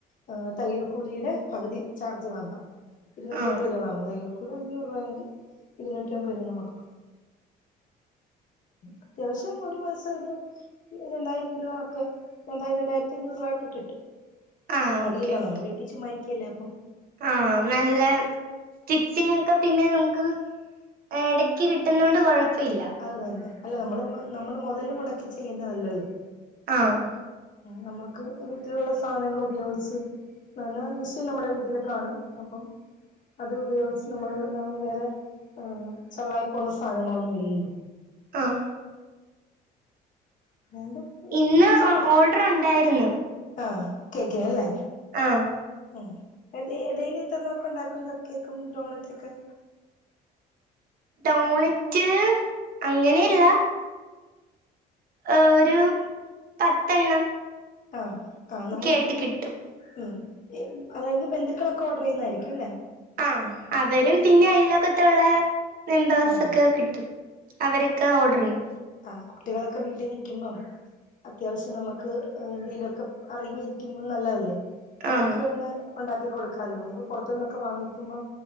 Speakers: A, on the left; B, on the right.
A: ഹ് തയൽക്കൂലിയുടെ പകുതി ചാർജ് വാങ്ങാ. ഇരുനൂറ്റി
B: ആഹ്
A: അമ്പത് രൂവ വാങ്ങും. തയൽക്കൂലി അഞ്ഞൂറ് രൂവണെങ്കിൽ ഇരുന്നൂറ്റിമ്പത് നമുക്ക അത്യാവശ്യം ഒരു മാസം ഒരു രണ്ടായിരം രൂവ ഒക്കെ രണ്ടായിരം രണ്ടായിരത്തി അഞ്ഞൂറ് രൂപക്കെ കിട്ടും.
B: ആഹ്
A: മതിയല്ലോ
B: ഓക്കെ ഓക്കെ
A: നമ്മൾ വീട്ടി ചുമ്മാ ഇരിക്കല്ലേ അപ്പം
B: ആഹ് നല്ല സ്റ്റിച്ചിങ് ഒക്കെ പിന്നെ നമുക്ക് എടയ്ക്ക് കിട്ടുന്ന കൊണ്ട് കൊഴപ്പ ഇല്ല
A: അത് തന്നെ അല്ല നമ്മൾ നമ്മൾ മുതൽ മുടക്കി ചെയ്യുന്നതല്ലല്ലോ
B: ആഹ്
A: നമ്മക്ക് വീട്ടിലുള്ള സാധനങ്ങൾ ഉപയോഗിച്ച് <unintelligible> ത്തി നമ്മുടെ വീട്ടില് കാണും അപ്പം അത് ഉപയോഗിച്ച് നമ്മൾ വേറെ എഹ് ചള്ളായി പോകുന്ന സാധനങ്ങളൊന്നും ഇല്ലല്ലോ
B: ആഹ്
A: <unintelligible>
B: ഇന്ന്
A: ചെയ്യും
B: ഓർഡർ ഉണ്ടായിരുന്നു
A: ആഹ് കേക്കിന് ല്ലേ
B: ആഹ്
A: ഉം എടെ ഡെയ്ലി ഇത്രണൊക്കെ ഉണ്ടാക്കും കപ്പ് കേക്കും ഡോണറ്റ് ഒക്കെ
B: ഡോണറ്റ് അങ്ങനെല്ല ഏഹ് ഒരു പത്തെണ്ണം
A: അഹ് കാ നമ്മുടെ
B: ഒക്കെ ആയിട്ട്
A: വീ
B: കിട്ടും
A: ഉം അതായത് ബന്ധുക്കളൊക്കെ ഓർഡർ ചെയ്യുന്നായിരിക്കുല്ലേ
B: ആഹ് അവരും പിന്നെ അയ്ൽവകത്തുള്ള മെമ്പേഴ്സ്ക്കെ
A: ആഹ്
B: കിട്ടും അവരൊക്കെ ഓർഡറെയ്യും
A: അഹ് കുട്ടികളൊക്കെ വീട്ടിൽ നിക്കുമ്പോം അത്യാവശ്യം നമുക്ക് ന്തീലൊക്കെ അറിഞ്ഞിരിക്കുമ്പം നല്ലതല്ലേ അവർക്ക്
B: ആഹ്
A: തന്നെ ഉണ്ടാക്കി കൊടുക്കാല്ലോ നമുക്ക് പുറത്തുന്നൊക്കെ വാങ്ങിക്കുമ്പം